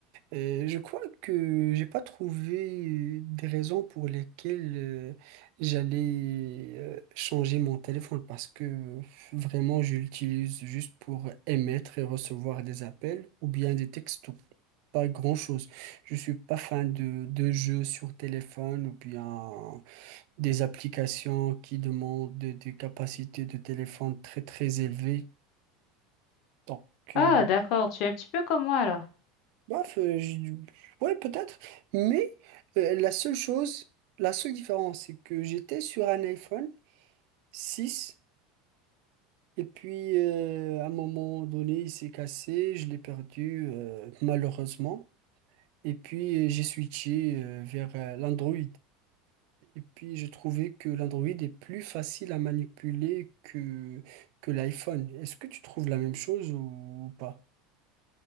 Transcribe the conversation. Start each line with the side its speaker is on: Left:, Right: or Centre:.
Right: euh, je crois que j'ai pas trouvé euh, des raisons pour lesquelles euh, j'allais euh, changer mon téléphone parce que euh, vraiment, je l'utilise juste pour émettre et recevoir des appels ou bien des textos. Pas grand-chose. Je suis pas fan de, de jeux sur téléphone ou bien des applications qui demandent de- des capacités de téléphone très très élevées. Donc,
Left: Ah,
Right: euh,
Left: d'accord, tu es un petit peu comme moi alors.
Right: bref, euh, je- ouais, peut-être. Mais euh, la seule chose, la seule différence, c'est que j'étais sur un iPhone 6 et puis euh, à un moment donné, il s'est cassé, je l'ai perdu euh, malheureusement. Et puis euh, j'ai switché euh, vers euh, l'Android. Et puis, j'ai trouvé que l'Android est plus facile à manipuler que, que l'iPhone. Est-ce que tu trouves la même chose ou pas?